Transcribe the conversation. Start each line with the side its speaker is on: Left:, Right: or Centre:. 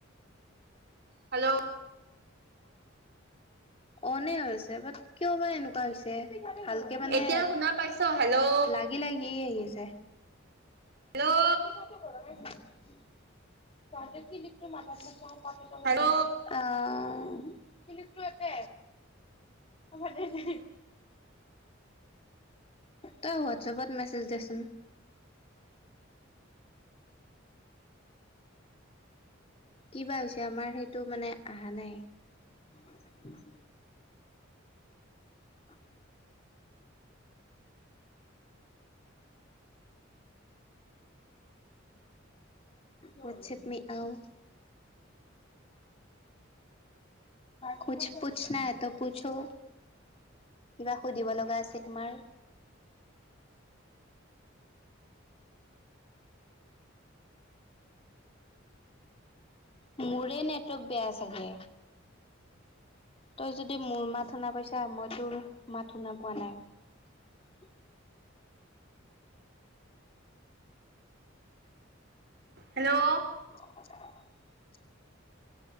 Right: হেল্ল'
Left: অনে হৈছে বাট কিয় বা এনেকুৱা হৈছে। ভালকে মানে
Right: এতিয়া শুনা পাইছ? হেল্ল'
Left: লাগি লাগি আহি।। হৈছে।
Right: হেল্ল
Left: পিঠাটো গৰমেই পায়। ততে কি লিপটো মাকাত ম প <inaudible> কাপোৰ -চাপোৰ
Right: হেল্ল'
Left: ধুলি নাই? অ কিলিপটো একে হ'ব দে।। তই হোৱাটছেপত মেছেজ দেচোন। কিবা হৈছে আমাৰ সেইটো মানে আহা নাই। আ <inaudible> কুছ বি আও পুছ পুছ নাই ত পুছো কিবা সুধিব লগা আছে তোমাৰ মোৰে নেটৱৰ্ক বেয়া চাগে তই যদি মোৰ মাত শুনা পাইছা মই তোৰ মাত শুনা পোৱা নাই
Right: হেল্ল'
Left: <inaudible>